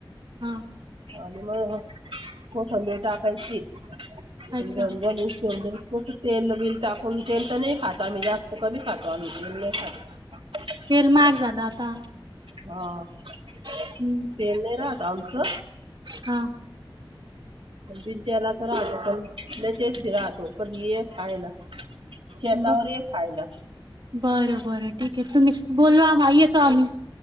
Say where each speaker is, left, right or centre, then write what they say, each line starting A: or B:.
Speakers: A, on the right; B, on the right.
A: हा
B: आणि मग कोथिं <unintelligible> कोथिंबीर टाकायची
A: अच्छा
B: आणि झणझणीत टाकून तेलत नाही खात मी जास्त कमी खातो आम्ही तेल नाही खात
A: तेल महाग झालं आता
B: हा तेल
A: हम्म
B: नाही राहता आमचं
A: हा
B: भिंन तेलाचं राहत पण लय टेस्टी राहतो कधी ये खायला. शेतावर
A: हो
B: ये खायला
A: बरं बरं ठीक आहे तुम्ही बोलवा आम्हला येतो आम्ही